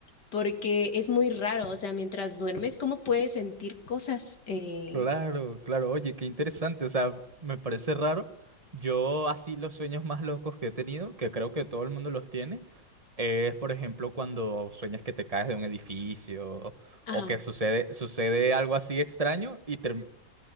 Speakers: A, on the left; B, on the right.
A: porque es muy raro, o sea, mientras duermes, ¿cómo puedes sentir cosas? Eh,
B: Claro, claro, oye, qué interesante, o sea, me parece raro. Yo así los sueños más locos que he tenido, que creo que todo el mundo los tiene, es por ejemplo cuando sueñas que te caes de un edificio
A: ajá.
B: o que sucede, sucede algo así extraño y term-